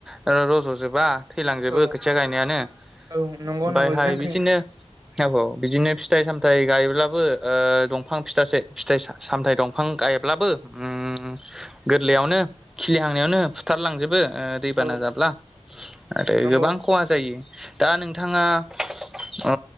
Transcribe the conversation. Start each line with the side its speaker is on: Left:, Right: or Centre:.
Centre: ओ रज'जोबा थैलांजोबो
Right: औ
Centre: खोथिया गायनायानो
Right: औ नंगौ
Centre: ओमफायहाय
Right: नंगौ जोंखै
Centre: बिदिनो औ औ बिदिनो फिथाइ सामथाइ गायोब्ला बो ओ दंफां फिथासो फिथाइ सा-सामथाइ दंफां गायब्लाबो ओम गोरलै यावनो खिलिहांनायावनो फुथारलांजोबो। ओ दैबाना
Right: औ
Centre: जाब्ला आरो
Right: नंगौ
Centre: गोबां खहा जायो दा नोंथाङा ओ